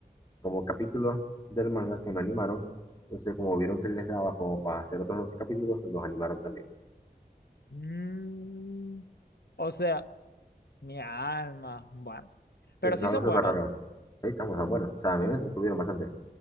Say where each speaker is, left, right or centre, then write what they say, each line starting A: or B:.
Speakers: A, on the left; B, on the left.
A: como capítulos del manga que no animaron. Entonces, como vieron que les daba como para hacer otros 12 capítulos, los animaron también.
B: Mm, o sea, mi alma, bueno, pero
A: Sí, es
B: sí
A: algo
B: son
A: súper
B: buenos.
A: raro. Sí, chamos, son buenos. O sea, a mí me entretuvieron bastante. O